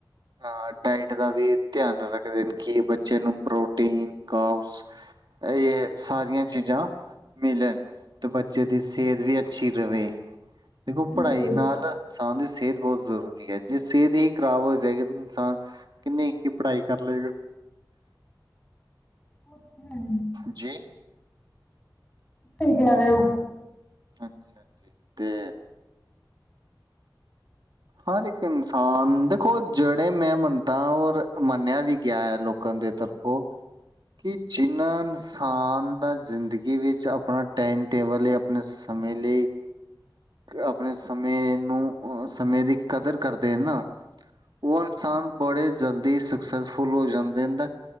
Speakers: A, on the right; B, on the left.
A: ਆ ਡਾਇਟ ਦਾ ਵੀ ਧਿਆਨ ਰੱਖਦੇ ਨੇ ਕਿ ਬੱਚੇ ਨੂੰ ਪ੍ਰੋਟੀਨ, ਕਾਬਜ਼ ਆ ਏਹ ਸਾਰੀਆਂ ਚੀਜਾਂ ਮਿਲਨ ਤੇ ਬੱਚੇ ਦੀ ਸੇਹਤ ਵੀ ਅੱਛੀ ਰਵੇ। ਦੇਖੋ
B: ਬਿਲਕੁਲ।
A: ਪੜਾਈ ਨਾਲ ਇਨਸਾਨ ਦੀ ਸੇਤ ਬੋਤ ਜ਼ਰੂਰੀ ਐ, ਜੇ ਸੇਤ ਈ ਖ਼ਰਾਬ ਹੋ ਜ਼ਾਏਗੀ ਤ ਇਨਸਾਨ ਕਿੰਨੀ ਕੀ ਪੜਾਈ ਕਰ ਲਏਗਾ।
B: ਓ ਤੇ ਹੈ ਈ।
A: ਜੀ
B: ਕੀ ਕੈ ਰੇ ਓ?
A: ਹਾਂਜੀ-ਹਾਂਜੀ ਤੇ ਹਰ ਇੱਕ ਇਨਸਾਨ ਦੇਖੋ, ਜੜੇ ਮੈਂ ਮੰਨਦਾਂ ਔਰ ਮੰਨਿਆ ਵੀ ਗਿਆ ਐ ਲੋਕਾਂ ਦੇ ਤਰਫੋ ਕਿ ਜਿੰਨਾਂ ਇਨਸਾਨ ਦਾ ਜ਼ਿੰਦ ਗੀ ਵਿੱਚ ਆਪਨਾ ਟਾਈਮ ਟੇਬਲ ਏ ਆਪਨੇ ਸਮੇਂ ਲਈ ਆਪਨੇ ਸਮੇਂ ਨੂੰ ਓ ਸਮੇਂ ਦੀ ਕਦਰ ਕਰਦੇ ਏ ਨਾ, ਓ ਇਨਸਾਨ ਬੜੇ ਜ਼ਲ ਦੀ ਸਕਸੈਸਫੁਲ ਹੋ ਜਾਂਦੇ ਐਂਦਾਂ